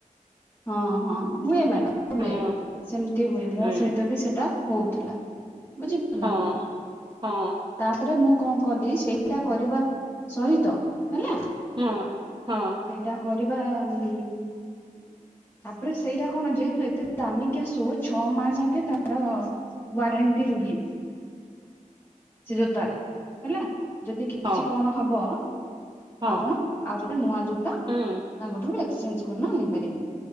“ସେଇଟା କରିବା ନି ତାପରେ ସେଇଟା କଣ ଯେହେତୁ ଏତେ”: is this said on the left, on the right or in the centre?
Left